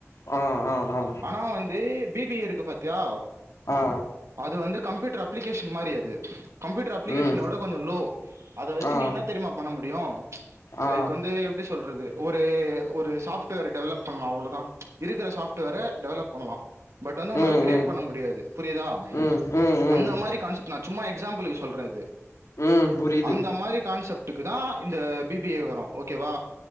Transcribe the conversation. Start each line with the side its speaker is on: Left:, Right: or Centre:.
Left: ஆ ஆ ஆ
Right: ஆனா வந்து பி பி ஏ இருக்கு பாத்தியா
Left: ஆ
Right: அது வந்து கம்பியூட்டர் அப்ளிகேஷன் மாரி அது கம்ப்யூட்டர் அப்ளிகேஷன
Left: ம்
Right: விட கொஞ்ச லோ அத வச்சு
Left: ஆ
Right: நீ என்னா தெரியுமா பண்ண முடியு
Left: ஆ
Right: லைக் வந்து எப்டி சொல்றது ஒரு ஒரு சாஃப்ட்வேர் டெவலப் பண்லா அவ்ளோதா இருக்கற சாஃப்ட்வேர டெவலப் பண்லா பட் வந்து உன்னால
Left: ம்
Right: கிரியேட்
Left: ம்
Right: பண்ண முடியாது புரியுதா
Left: ம் ம் ம்
Right: அந்த மாரி கான்செப்ட் நா சும்மா எக்ஸாம்பிளுக்கு சொல்ற இது
Left: ம் புரியுது
Right: அந்த மாரி கான்செப்ட் ட்டுக்கு தா இந்த பி பி ஏ வரு ஓகேவா